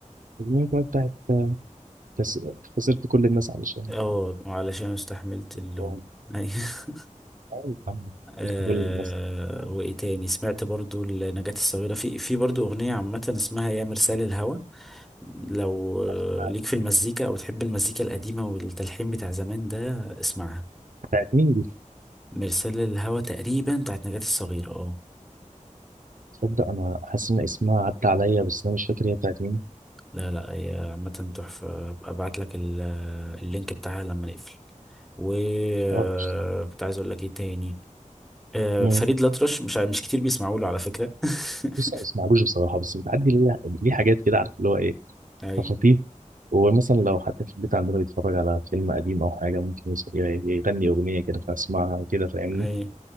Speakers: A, on the right; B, in the centre.
A: الأغنية بقى بتاعت كس- خسرت كل الناس علشان
B: اه وعلشان استحملت اللوم
A: سلطان
B: أيوة. <laughs>
A: أيوة
B: آه
A: خسرت كل الناس
B: وايه تاني سمعت برضو لنجاة الصغيرة في في برضو اغنية عامة اسمها يا مرسال الهوى لو آه،
A: علشان-
B: ليك في المزيكا او تحب المزيكا القديمة والتلحين بتاع زمان ده اسمعها
A: بتاعت مين دي؟
B: مرسال الهوى تقريبا بتاعت نجاة الصغيرة اه
A: تصدق أنا حاسس إن اسمها عدى عليا بس أنا مش فاكر هي بتاعت مين؟
B: لا لا هي عامة تحفة أبقى ابعت لك ال- اللينك بتاعها لما نقفل و آه،
A: أه قشطة.
B: كنت عايز اقول لك ايه تاني آه،
A: مم.
B: فريد الأطرش مش ع- مش كتير بيسمعوا له على فكرة <laughs>
A: بص أنا ما بسمعلوش بصراحة بس بتعدي ليه ليه حاجات كده عارف اللي هو إيه
B: ايوه
A: خطيف ومثلا لو حتى في البيت عندنا بيتفرج على فيلم قديم أو حاجة ممكن يس- يغني أغنية كده فأسمعها كده فاهمني
B: ايوه